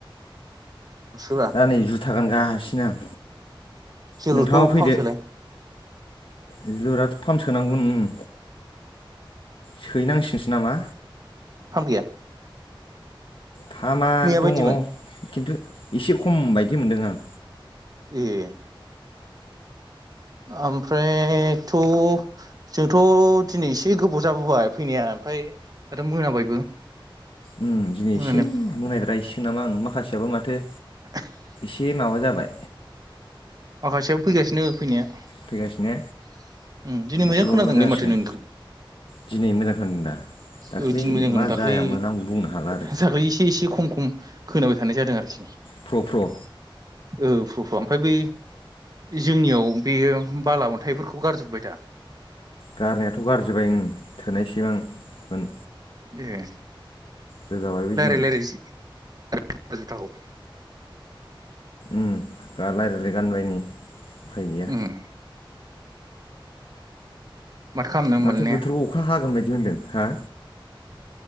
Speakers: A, on the right; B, on the left.
A: सोब्रा
B: दा नै जुथा गानगासिनो आं
A: जोलुरखौ
B: नोंथाङाबो फैदो
A: फामसोलाय
B: जोलुराथ' फाम सोनांगौमोन उम सोैहैनांसिगोनसो नामा
A: फाम गैया
B: फामा
A: मैया
B: दङ
A: बायदिमोन
B: खिन्थु एसे खम बायदि मोनदों आं
A: ए ओमफ्रायथ' जोंथ' दिनै एसे गोबाव जाबोबाय फैनाया ओमफ्राय आरो मोनाबायबो
B: उ दिनै
A: मोनानाया
B: एसे मोनायद्रास नामा आं माखासेयाबो माथो
A: <inaudible>
B: से माबा जाबाय
A: मासेयाबो फैगासिनो फैनाया उम
B: फैगासिनो
A: दिनै मोजां
B: होमबाथ'
A: खोनादोंलै
B: जासिगोन
A: माथो नोंनिखौ
B: दिनै मोजां खोनादों दा दाख्लै
A: ओ दिनै मोजां खादों
B: मा
A: दाख्लै
B: जायामोन आं बुंनो हाला आरो
A: दाखलै एसे एसे खम खम खोनाबाय थानाय जादों आरोखि
B: प्र' प्र'
A: औ प्र प्र ओमफ्राय बै जोंनियाव बेयो बाला अन्थाइफोरखौ गारजोब्बाय दा
B: गारनायाथ' गारजोबबाय उम थोनायसेबां मोन
A: ए
B: रोगाबायबो
A: लायराय
B: जोङो
A: लायरायसै <inaudible>
B: उम गा लायरायबाय गानबाय नै उफाय गैया
A: उम खालामनो होमबालाय
B: माथो
A: ने
B: बोथोराव अखा हागोन बायदि मोनदों हा